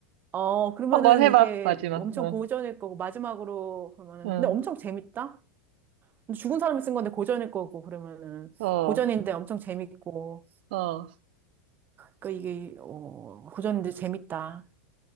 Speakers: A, on the right; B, on the right.
A: 어, 그러면은
B: 한번 해봐.
A: 이게
B: 마지막.
A: 엄청
B: 응,
A: 고전일 거고, 마지막으로 그러면은,
B: 응,
A: 근데 엄청 재밌다? 근데 죽은 사람이 쓴 건데 고전일 거고, 그러면은,
B: 어,
A: 고전인데 엄청 재밌고,
B: 어,
A: 그 이게 어 고전인데 재밌다.